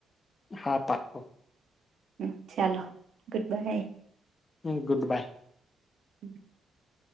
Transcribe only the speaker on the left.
હા પાકકો
હમ ગુડ બાય